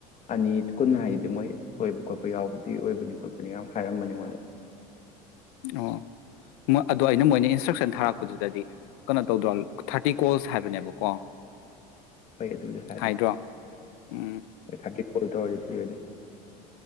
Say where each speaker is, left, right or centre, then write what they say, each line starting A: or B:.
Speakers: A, on the left; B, on the left.
A: ꯑꯅꯤ ꯀꯨꯟ ꯍꯥꯏꯗꯨꯗꯤ ꯃꯣꯏ ꯁꯣꯏꯕ ꯈꯣꯠꯄ ꯌꯥꯎꯕꯗꯤ ꯑꯣꯏꯕꯅꯤ ꯈ ꯑꯗꯨꯅꯤ ꯌꯥꯝ ꯍꯥꯏꯔꯝꯕꯅꯤ ꯑꯩꯉꯣꯟꯗ
B: ꯑꯣ ꯃꯣꯏ ꯑꯗꯣ ꯑꯩꯅ ꯃꯣꯏꯅ ꯏꯟꯁꯇ꯭ꯔꯛꯁꯟ ꯊꯥꯔꯛꯄꯗꯨꯗꯗꯤ ꯀꯩꯅꯣ ꯇꯧꯗ꯭ꯔꯣ ꯊꯥꯔꯇꯤ ꯀꯣꯜꯁ ꯍꯥꯏꯕꯅꯦꯕꯀꯣ
A: ꯐꯩ ꯑꯗꯨꯗꯤ ꯍꯥꯏꯕꯅꯤ
B: ꯍꯥꯏꯗ꯭ꯔꯣ ꯎꯝ
A: ꯊ ꯍꯣꯜ ꯇꯋꯥꯖꯤꯒꯅꯤ